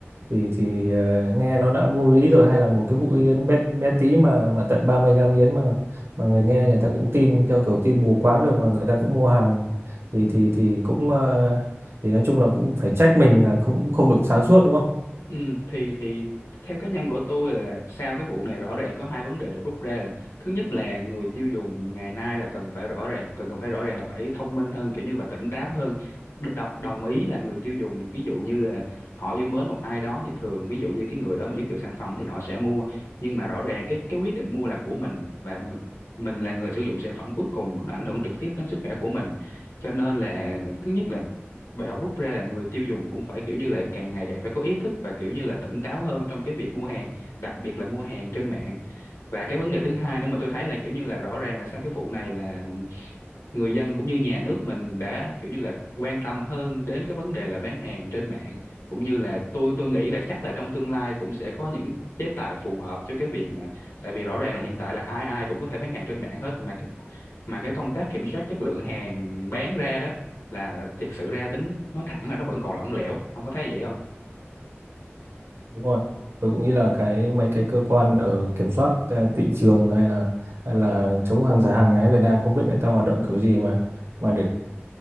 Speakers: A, on the right; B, on the left.
A: thì thì ờ, nghe nó đã vô lý rồi hay là một cái hũ yến bé, bé tí mà mà tận 30 gram yến mà mà người nghe người ta cũng tin theo kiểu tin mù quáng được mà người ta cũng mua hàng thì thì thì cũng ờ, thì nói chung là cũng phải trách mình là cũng không được sáng suốt đúng không
B: Ừ, thì thì theo cá nhân của tôi là sau cái vụ này rõ ràng có hai vấn đề được rút ra là thứ nhất là người tiêu dùng ngày nay là cần phải rõ ràng cần cần phải rõ ràng là phải thông minh hơn kiểu như và tỉnh táo hơn Đ- đo- đồng ý là người tiêu dùng ví dụ như là họ yêu mến một ai đó thì thường ví dụ như cái người đó mà giới thiệu sản phẩm thì họ sẽ mua nhưng mà rõ ràng cái cái quyết định mua là của mình và m- mình là người sử dụng sản phẩm cuối cùng nó ảnh hưởng trực tiếp đến sức khỏe của mình cho nên là thứ nhất là bài học rút ra là người tiêu dùng cũng phải kiểu như là càng ngày càng phải có ý thức và kiểu như là tỉnh táo hơn trong cái việc mua hàng đặc biệt là mua hàng trên mạng và cái vấn đề thứ hai nữa mà tôi thấy là kiểu như là rõ ràng là sau cái vụ này là người dân cũng như nhà nước mình đã kiểu như là quan tâm hơn đến cái vấn đề là bán hàng trên mạng cũng như là tôi tôi nghĩ là chắc là trong tương lai cũng sẽ có những chế tài phù hợp cho cái việc mà tại vì rõ ràng là hiện tại là ai ai cũng có thể bán hàng trên mạng hết mà cái mà cái công tác kiểm soát chất lượng hàng bán ra đó là thiệt sự ra tính nói thẳng là nó vẫn còn lỏng lẻo ông có thấy vậy không
A: đúng rồi tôi cũng nghĩ là cái mấy cái cơ quan ở kiểm soát ờ, thị trường hay là hay là chống hàng giả hàng nhái Việt Nam không biết người ta hoạt động kiểu gì mà mà để